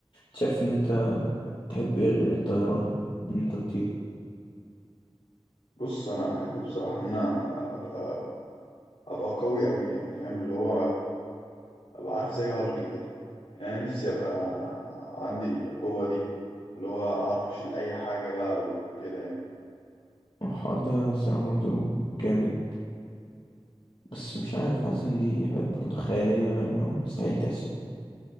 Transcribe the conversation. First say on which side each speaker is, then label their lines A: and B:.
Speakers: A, on the left; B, on the left.
A: شايف ان انت تحب ايه غير الطيران ان انت تطير
B: بص انا احب بصراحه ان انا ابقى ابقى قوي قوي يعني فاهم اللي هو ابقى عارف زي هالك كده يعني نفسي ابقى عندي القوة دي اللي هو اعرف اشيل اي حاجة بقى وكده يعني
A: الحوار ده الصراحة برضه جامد بس مش عارف حاسس ان دي حاجات برضه خيالية فاهم اللي هو مستحيل تحصل